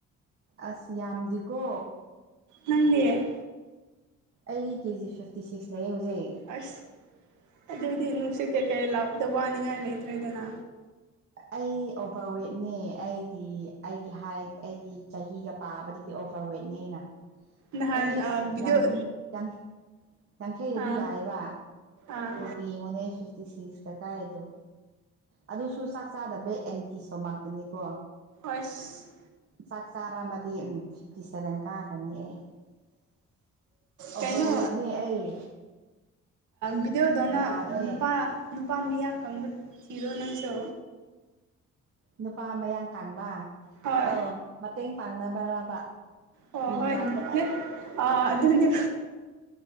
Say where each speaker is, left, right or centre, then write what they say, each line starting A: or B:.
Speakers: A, on the right; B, on the right.
A: ꯑꯁ ꯌꯥꯝꯗꯦꯀꯣ
B: ꯅꯪꯅꯦ
A: ꯑꯩ ꯀꯦꯖꯤ ꯐꯤꯞꯇꯤ ꯁꯤꯛꯁ ꯂꯩꯌꯦ ꯍꯧꯖꯤꯛ
B: ꯑꯁ ꯑꯗꯨꯗꯤ ꯅꯨꯡꯁꯤꯠ ꯀꯩꯀꯩ ꯂꯥꯛꯄꯗ ꯋꯥꯅꯤꯡꯉꯥꯏ ꯂꯩꯇ꯭ꯔꯦꯗꯅ
A: ꯑꯩ ꯑꯣꯚꯔꯋꯦꯠꯅꯦ ꯑꯩꯒꯤ ꯑꯩꯒꯤ ꯍꯥꯏ ꯑꯩꯒꯤ ꯆꯍꯤꯒ ꯄꯥꯕꯗꯗꯤ ꯑꯣꯚꯔꯋꯦꯠꯅꯦ ꯑꯩꯅ
B: ꯅꯍꯥꯟ
A: ꯑꯦꯠꯂꯤꯁ
B: ꯚꯤꯗꯤꯑꯣ
A: ꯌꯥꯡ ꯌꯥꯡ ꯌꯥꯡꯈꯩꯗꯗꯤ
B: ꯑꯥ
A: ꯌꯥꯏꯑꯦꯕ
B: ꯑꯥ
A: ꯄꯨꯕꯨ ꯌꯦꯡꯉꯣꯅꯦ ꯐꯤꯞꯇꯤ ꯁꯤꯁꯀ ꯀꯥꯏꯗꯣ ꯑꯗꯨꯁꯨ ꯆꯥꯛ ꯆꯥꯗꯕꯩ ꯑꯦꯝꯇꯤ ꯁ꯭ꯇꯣꯃꯥꯛꯇꯅꯦꯀꯣ
B: ꯑꯁ
A: ꯆꯥꯛ ꯆꯥꯔꯑꯝꯕꯗꯤ ꯐꯤꯞꯇꯤ ꯁꯚꯦꯟ ꯀꯥꯈ꯭ꯔꯅꯤ ꯑꯩ ꯑꯣꯚꯔꯋꯦꯠꯅꯦ
B: ꯀꯩꯅꯣ
A: ꯑꯩ
B: ꯕꯤꯗꯤꯑꯣꯗꯧꯅ
A: ꯌꯥꯗ꯭ꯔꯦ
B: ꯅꯨꯄꯥ ꯅꯨꯄꯥ ꯃꯤꯌꯥꯝ ꯀꯪꯕ ꯊꯤꯔꯣ ꯅꯪꯁꯨ
A: ꯅꯨꯄꯥ ꯃꯌꯥꯡ ꯀꯪꯕ
B: ꯍꯣꯏ
A: ꯑꯣ ꯃꯇꯦꯡ ꯄꯥꯡꯅꯕꯔꯕ
B: ꯍꯣꯏ
A: ꯃꯤꯟ
B: ꯍꯣꯏ
A: ꯂꯥꯛꯄꯗ
B: ꯅꯠ ꯑꯥ ꯑꯗꯨꯗꯨ